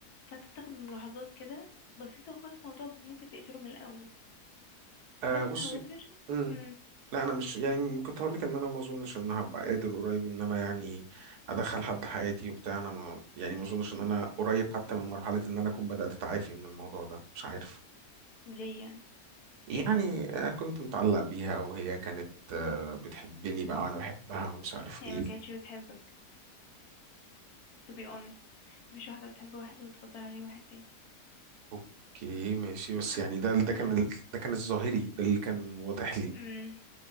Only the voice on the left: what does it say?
فانت بتاخد ملاحظات كده بسيطة وخلاص الموضوع ممكن تقفله من الأول
بس
however
مم.
ليه يعني
ايه السبب
هي
ما كانتش بتحبك to be honest مفيش واحدة بتحب واحد وتفضل عليه واحد تاني
so
مم.